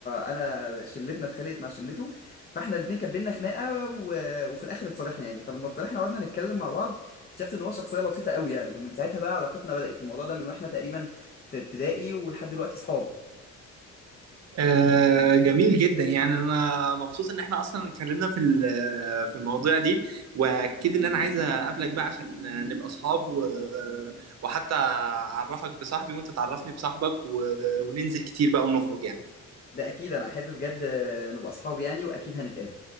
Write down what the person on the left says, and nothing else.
أنا شلتنا اتخانقت مع شلته فإحنا الاتنين كان بينا خناقة و... وفي الآخر اتصالحنا يعني فلما اتصالحنا وقعدنا نتكلم مع بعض اكتشفت ان هو شخصيه لطيفه قوي يعني ومن ساعتها بقى علاقتنا بدات الموضوع ده من واحنا تقريبا في ابتدائي ولحد دلوقتي صحاب
ده اكيد انا احب بجد آه، نبقى اصحاب يعني واكيد هنتقابل